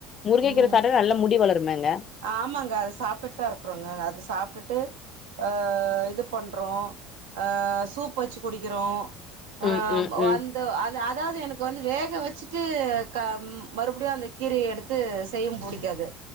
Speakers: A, on the left (about 40°); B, on the right (about 80°).
A: முருங்கக்கீர
B: ம்
A: சாட்டா நல்லா முடி வளருமேங்க
B: ஆமாங்க அது சாப்ட்டுட்டுதாருக்குறோங்க அது சாப்ட்டுட்டு அ இது பண்றோ அ சூப் வச்சு குடிக்கிறோ அ
A: ம் ம்
B: ம வந்
A: ம்
B: து அதாது எனக்கு வந்து வேக வச்சுட்டு க மறுபடியும் அந்த கீரய எடுத் து செய்யம் புடிக்காது